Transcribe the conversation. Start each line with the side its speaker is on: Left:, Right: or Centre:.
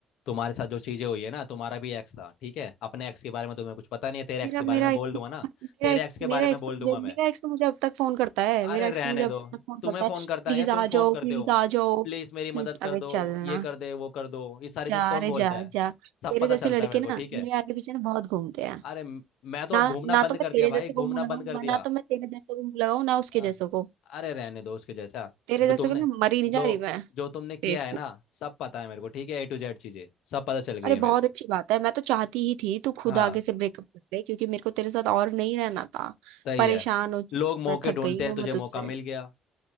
Left: तुम्हारे साथ जो चीजें हुई है ना तुम्हारा भी एक्स था ठीक है अपने एक्स के बारे में तुम्हें कुछ पता नहीं है तेरे एक्स
Right: मेरा
Left: के
Right: मेरा
Left: बारे में बोल
Right: एक्स
Left: दूंगा
Right: मेरा
Left: ना तेरे
Right: एक्स
Left: एक्स के
Right: मेरा
Left: बारे
Right: एक्स
Left: में बोल
Right: तो मुझे
Left: दूंगा
Right: मेरा
Left: मैं
Right: एक्स तो मुझे अब तक फोन करता है मेरा
Left: अरे
Right: एक्स
Left: रहने
Right: तो मुझे अब
Left: दो
Right: तक फोन
Left: तुम्हें
Right: करता है
Left: फोन करता
Right: प्लीज
Left: है या
Right: आ
Left: तुम फोन
Right: जाओ
Left: करते
Right: प्लीज
Left: हो
Right: आ जाओ
Left: प्लीज
Right: हम्म,
Left: मेरी मदद कर
Right: अबे
Left: दो
Right: चलना
Left: ये कर दे वो कर दो ये सारी
Right: जा
Left: चीज कौन
Right: रे
Left: बोलता
Right: जा
Left: है
Right: जा
Left: सब
Right: तेरे
Left: पता
Right: जैसे
Left: चलता
Right: लड़के
Left: है मेरे
Right: ना
Left: को ठीक है
Right: मेरे आगे पीछे ना बहुत घूमते हैं
Left: अरे म- मैं तो
Right: ना
Left: अब घूमना
Right: ना तो
Left: बंद
Right: मैं
Left: कर
Right: तेरे
Left: दिया भाई
Right: जैसे
Left: घूमना
Right: को मुंह लगाऊं
Left: बंद कर
Right: ना
Left: दिया
Right: तो मैं तेरे जैसे को मुंह लगाऊं ना उसके
Left: हाँ।
Right: जैसे को
Left: अरे रहने दो उसके जैसा
Right: तेरे
Left: जो
Right: जैसे
Left: तुमने
Right: को ना मरी नहीं जा
Left: जो
Right: रही मैं
Left: जो तुमने किया
Right: बेवकूफ
Left: है ना सब पता है मेरे को ठीक है ए टू जेड चीजें सब पता चल गई
Right: अरे
Left: है
Right: बहुत
Left: मेरे को
Right: अच्छी बात है मैं तो चाहती ही थी तू खुद
Left: हाँ
Right: आगे से ब्रेकअप कर ले क्योंकि मेरे को तेरे साथ और नहीं रहना था
Left: सही
Right: परेशान
Left: है
Right: हो चुकी
Left: लोग मौके
Right: मैं थक
Left: ढूंढते
Right: गई
Left: हैं
Right: हूँ
Left: तुझे
Right: मैं तुझसे
Left: मौका मिल गया